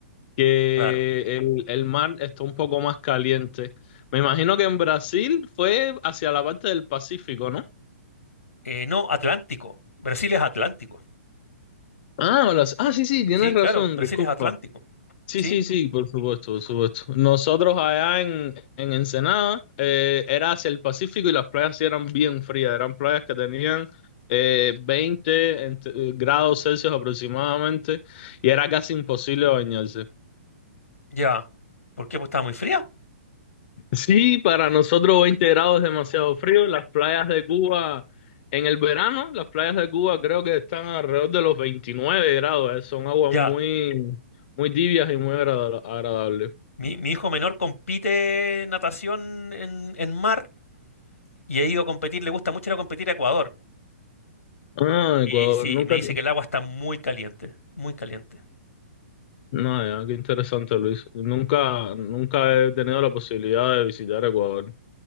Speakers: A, on the left (about 45°); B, on the left (about 85°).
A: que
B: claro.
A: el, el mar está un poco más caliente. Me imagino que en Brasil fue hacia la parte del Pacífico, ¿no?
B: Eh, no, Atlántico. Brasil es Atlántico.
A: Ah, las- ah, sí, sí, tienes
B: Sí,
A: razón,
B: claro, Brasil
A: disculpa.
B: es Atlántico.
A: Sí,
B: Sí,
A: sí, sí, por supuesto, por supuesto. Nosotros allá en, en Ensenada eh, era hacia el Pacífico y las playas sí eran bien frías, eran playas que tenían eh, 20 ent- eh, grados Celsius aproximadamente y era casi imposible bañarse.
B: ya. ¿Por qué? Pues estaba muy fría.
A: Sí, para nosotros 20 grados es demasiado frío. Las playas de Cuba en el verano, las playas de Cuba creo que están alrededor de los 29 grados, eh, Son aguas
B: Ya.
A: muy, muy tibias y muy agrada- agradables.
B: Mi, mi hijo menor compite natación en, en mar y ha ido a competir, le gusta mucho ir a competir a Ecuador.
A: Ah, Ecuador,
B: Y sí,
A: nunca.
B: me dice que el agua está muy caliente, muy caliente.
A: No, ya, qué interesante, Luis. Nunca, nunca he tenido la posibilidad de visitar Ecuador,